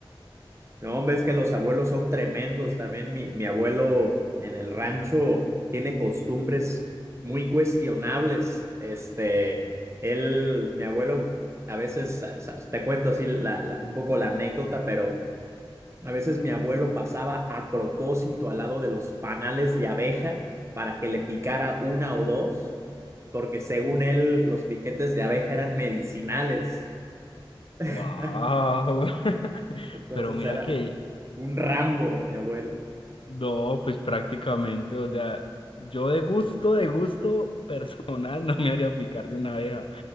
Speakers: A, on the right; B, on the left.
A: No, ves que los abuelos son tremendos. También mi, mi abuelo en el rancho tiene costumbres muy cuestionables. Este, él, mi abuelo, a veces, a- sa- te cuento así la- la- un poco la anécdota, pero a veces mi abuelo pasaba a propósito al lado de los panales de abeja para que le picara una o dos, porque según él, los piquetes de abeja eran medicinales. <laughs>
B: Wow, <laughs>
A: Entonces
B: pero mira
A: era
B: que
A: un Rambo, mi abuelo.
B: no, pues prácticamente, o sea, yo de gusto, de gusto personal <laughs> no me haría picar de una abeja.